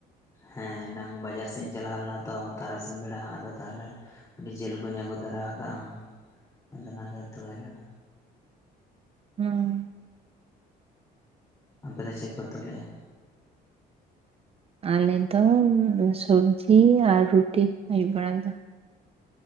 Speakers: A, on the left (about 20°); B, on the right (about 35°).
A: ᱦᱮᱸ ᱮᱱᱟᱝ ᱵᱟᱡᱟᱨ ᱥᱮᱱ ᱤᱧ ᱪᱟᱞᱟᱣ ᱞᱮᱱᱟ ᱛᱚ ᱛᱟᱨᱟᱥᱤᱧ ᱵᱮᱲᱟ ᱟᱫᱚ ᱛᱟᱦᱚᱞᱮ ᱟᱰᱤ ᱡᱤᱞ ᱠᱩᱧ ᱟᱹᱜᱩ ᱛᱚᱨᱟ ᱟᱠᱟᱜᱼᱟ ᱟᱫᱚ ᱚᱱᱟᱜᱮ ᱩᱛᱩ ᱦᱩᱭ ᱞᱮᱱᱟ᱾
B: ᱦᱩᱸ
A: ᱟᱯᱮᱫᱚ ᱪᱮᱫ ᱯᱮ ᱩᱛᱩᱞᱮᱜᱼᱟ?
B: ᱟᱞᱮᱫᱚ ᱥᱩᱵᱡᱤ ᱟᱨ ᱨᱩᱴᱤ ᱟᱹᱭᱩᱵ ᱵᱮᱲᱟ ᱫᱚ᱾